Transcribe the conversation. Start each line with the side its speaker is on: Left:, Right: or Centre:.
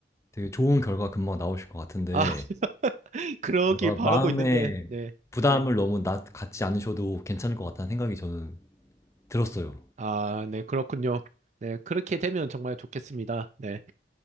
Left: 되게 좋은 결과 금방 나오실 것 같은데
Right: 아, <laughs> 그러길
Left: 뭔가
Right: 바라고
Left: 마음에
Right: 있는데,
Left: 음.
Right: 네.
Left: 부담을 너무 낮, 갖지 않으셔도 괜찮을 것 같다는 생각이 저는 들었어요.
Right: 아, 네, 그렇군요. 네, 그렇게 되면 정말 좋겠습니다. 네.